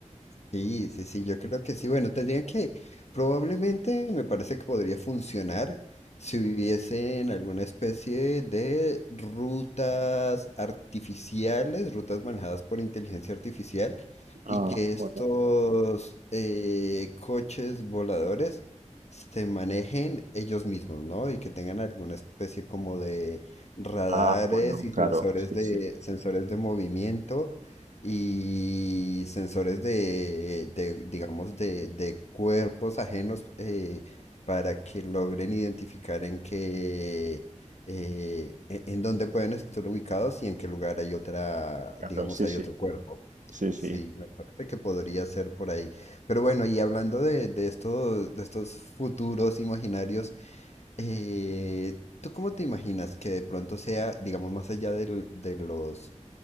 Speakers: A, on the left; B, on the right.
A: Sí, sí, sí, yo creo que sí. Bueno, tendría que, probablemente me parece que podría funcionar si hubiesen alguna especie de rutas artificiales, rutas manejadas por inteligencia artificial,
B: Ah,
A: y que estos
B: bueno.
A: eh, coches voladores se manejen ellos mismos, ¿no? Y que tengan alguna especie como de radares
B: Ah, bueno,
A: y
B: claro,
A: sensores
B: sí,
A: de,
B: sí,
A: sensores de movimiento y sensores de, de, digamos, de, de cuerpos ajenos eh, para que logren identificar en qué, eh, e- en dónde pueden estar ubicados y en qué lugar hay otra,
B: claro,
A: digamos,
B: sí,
A: hay
B: sí,
A: otro cuerpo.
B: sí, sí.
A: Sí, me parece que podría ser por ahí. Pero bueno, y hablando de, de estos, de estos futuros imaginarios, eh, ¿tú cómo te imaginas que de pronto sea, digamos, más allá del- de los